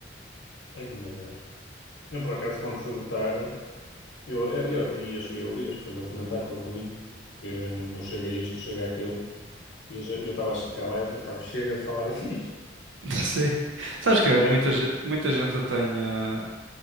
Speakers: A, on the left (about 80°); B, on the right (about 90°).
A: Ai, meu Deus. Eu, por acaso, quando fui votar, eu, eu, eu até ia, cheguei a ouvir as pessoas a comentar pelo caminho que hum, eu chego a isto, eu chego àquilo, e eu já- eu estava a chegar lá, eu estava chega de falar <laughs> disto.
B: <laughs> Sim. Sabes que
A: Ai,
B: muita, ge- muita gente tem. uh,